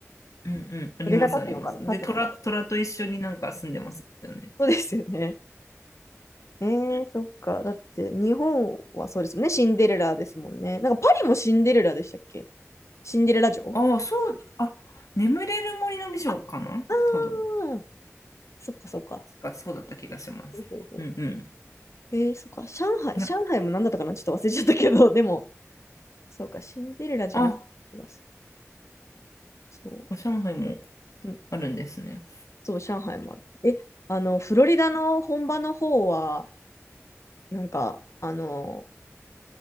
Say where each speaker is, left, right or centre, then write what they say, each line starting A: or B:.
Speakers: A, on the left; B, on the left.
A: うんうん。ありますあります。
B: それが立つのかな、立つのか。
A: で、虎、虎と一緒になんか住んでますよね。
B: そうですよね。えー、そっか。だって日本はそうですもんね。シンデレラですもんね。なんかパリもシンデレラでしたっけシンデレラ城
A: うん。ああ、そう。あ、眠れる森の美女かな多分。
B: あ、あー、そっかそっか。
A: 確かそうだった気がします。
B: ほうほうほ
A: うんうん。
B: うえー、そっか。上海、
A: な
B: 上海も何だったかなちょっと忘れちゃったけど、でも、そうか、シンデレラじゃなくて気がする。
A: あ、こ
B: そ
A: こ上海も
B: う。うん
A: あるんですね。
B: そう、上海もあるえ、あの、フロリダの本場の方は、なんか、あの、